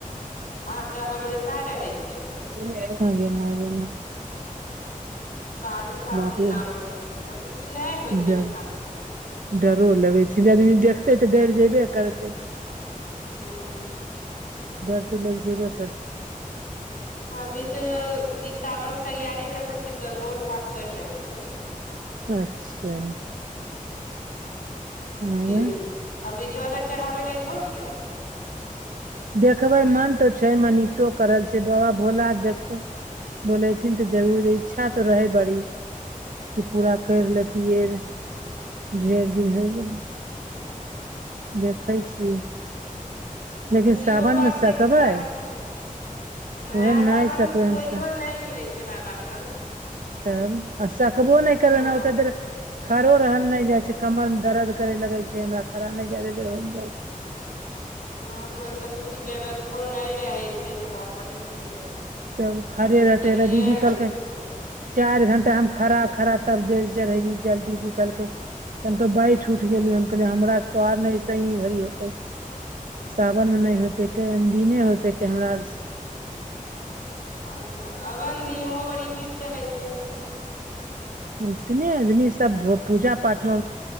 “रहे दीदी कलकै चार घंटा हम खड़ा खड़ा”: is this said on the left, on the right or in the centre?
Right